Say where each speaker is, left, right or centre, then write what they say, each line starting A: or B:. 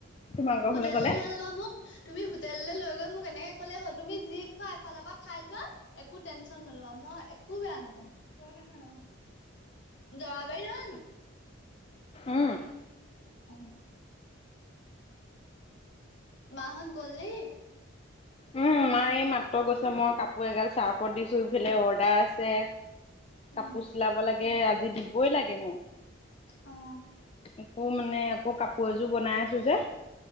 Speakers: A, on the left; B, on the left.
A: তোমালোকৰ
B: হোটেল
A: ঘৰলে গ'লে।
B: লে লৈ যাব মোক। তুমি হোটেললে লৈ গৈ মোক এনেকে কলে হ'ল তুমি যি খোৱা এফালৰ পৰা খাই যোৱা একো টেনচন নলবা মই একো বেয়া নাপাও। কত আছে সেইখন হোটেল? জয়া বাৰি নহয় জানো? <unintelligible>
A: উম।
B: মাহত গ'ল নেকি?
A: উম, মায় মাত্ৰ গৈছে মই কাপোৰ এগাল চাৰ্ফত দিছো ইফালে অৰ্ডাৰ আছে। কাপো
B: উম।
A: চিলাব লাগে আজি দিবই লাগে মোৰ।
B: অ'।
A: আকৌ মানে আকৌ কাপোৰ এযোৰ বনাই আছো যে।